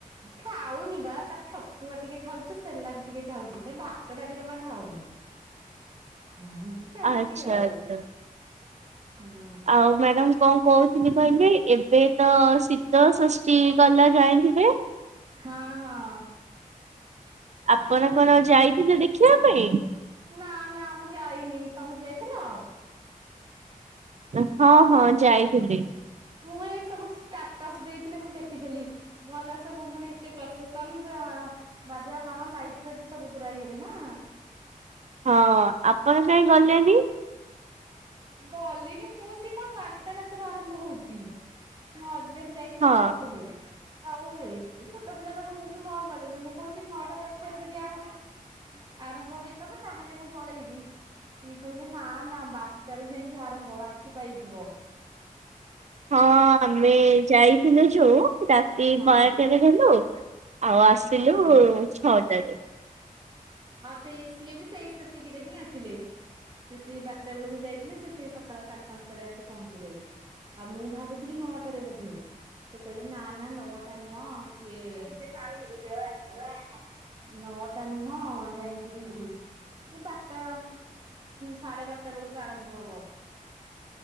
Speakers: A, on the right; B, on the right.
A: ଖାଉନି ବା ତାର ଛତୁଆ ଟିକେ ଖାଉଛି ସେଲାକ୍ ଟିକେ ଖାଉଛି ସେ ଭାତ ଡାଲି ଜମା ଖାଉନି। ଏମତି ଚାଲିଚି
B: ଆଚ୍ଛା
A: ଆଉ।
B: ଆଚ୍ଛା
A: ହୁଁ।
B: ଆଉ ଡ଼ାମ୍ କଣ କହୁଥିଲି କହିଲି ଏବେ ତ ଶୀତଳ ଷଷ୍ଠୀ ଗଲା ଯାଇଁଥିବେ?
A: ହଁ ହଁ।
B: ଆପଣ କଣ ଯାଇଥିଲେ ଦେଖିବା ପାଇଁ?
A: ନା ନା ମୁଁ ଯାଇନି ତମେ ସେ ଯାଇଥିଲ?
B: ହଁ ହଁ ଯାଇଥିଲି।
A: ମୁଁ ଏ ସବୁ ଷ୍ଟାଟସ ଦେଇଥିଲେ ମୁଁ ଦେଖିଥିଲି ଭଲ ସବୁ ମାନେ ଏତେ ପ୍ରସେସନ ବାଜାବାଣ ଲାଇଟ୍ ଫାଇଟ୍ ସବୁୁପରା ଇଏ ନା
B: ହଁ ଆପଣ କାହିଁ ଗଲେନି?
A: ଗଲିନି ମୁଁ ସିଏ କଣ ବାରଟା ରାତିରୁ ଆରମ୍ଭ ହଉଛି। ମ୍ୟାମ୍ ଯାଇଥିଲେ
B: ହଁ
A: କହୁଥିଲେ। ଆଉ ମୁଁ ଏତେ ଛୋଟ ପିଲାଟାକୁ ନେଇକି ମୁ ଆଉ ଗଲିନି ମୁଁ କହୁଛି ନଅଟା ଦଶ ରୁ ଯଦି ଆରମ୍ଭ ଆରମ୍ଭ ହେଇଥିବ ତାହେଲେ ମୁଁ ପଳେଇବି ସିଏ କହିଲେ ନା ନା ବାରଟାରୁୁ ଯାଇକି ଆରମ୍ଭ ରାତି ପାଇ ଯିବ
B: ହଁ ଆମେ ଯାଇଥିଲୁ ଯୋଉ ରାତି
A: ହଁ
B: ବାରଟାରେ ଗଲୁ। ଆଉ ଆସ ସିଲୁ
A: ହୁଁ।
B: ଛଅଟାରେ।
A: ହଁ ସେଇ ସିଏ ବି ସେଇ ସେତିକିରେ ହିଁ ଆସିଲେ ସେ ସେଇ ବାରଟା ବେଳକୁ ଯାଇଥିଲେ ସେ ସେଇ ସକାଳ ସାଢ଼େ ପାଞ୍ଚଟାରେ ଆସି ପହଞ୍ଚିଲେ ଆଉ ମୁଁ ଭାବୁଥିଲି ନଅଟାରେ ବୋଧେ। ସେ କହିଲେ ନା ନା ନଅଟା ନୁଅଁ ସିଏ <unintelligible> ନଅଟା ନୁହଁ ଯାଇଁକି ବାରଟା ସାଢେ ବାରଟା ବେଳକୁ ଆରମ୍ଭ ହବ।